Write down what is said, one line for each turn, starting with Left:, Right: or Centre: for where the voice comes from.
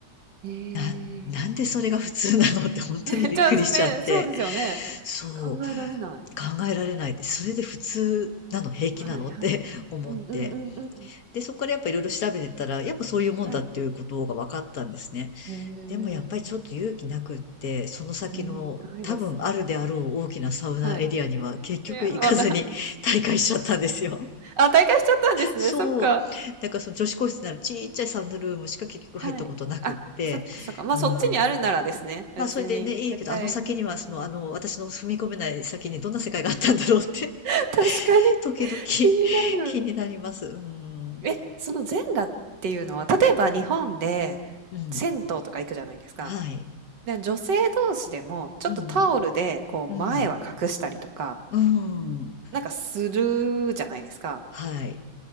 Right: え
Left: な、
Right: え。
Left: なんでそれが普通なのって本当にびっくりしちゃって。
Right: <laughs> じゃあ、すね、そうですよね。
Left: そう、
Right: 考えられない。
Left: 考えられないって、それで普通なの、平気なのって
Right: はいはい。
Left: <laughs> 思って。
Right: うんうんうんうん。
Left: で、そこからやっぱいろいろ調べてたら、やっぱそういうもんだっていうことが分かったんですね。
Right: はい。へえ。
Left: でもやっぱりちょっと勇気なくって、その先の多分あるであろう大きなサウナエリアには結局行かずに
Right: うん、ないです。はい。<laughs> ですねいや、また
Left: <laughs> 大会しちゃったんですよ。
Right: あ、退会しちゃったんですね、
Left: そう。
Right: そっか。
Left: だからその女子個室にあるちっちゃいサウナルームしか結局入ったことなくって、
Right: はい。あ、そっかそっか。ま、
Left: うん。
Right: あそっちにあるならですね、別に、
Left: まあそれでね、いいけど、
Right: 絶対うんうん。
Left: あの先にはその、あの、私の踏み込めない先にどんな世界があったんだろうって
Right: <laughs> 確かに、
Left: 時々
Right: 気になる。
Left: <laughs> 気になります。うん。
Right: え、その全裸っていうのは、例えば日本で
Left: うん、うん。
Right: 銭湯とか行くじゃないですか。
Left: はい。
Right: で、女性同士でも、ちょっとタオルでこう前は隠したりとか、
Left: うん、うん。うん。
Right: なんかするじゃないですか。
Left: はい。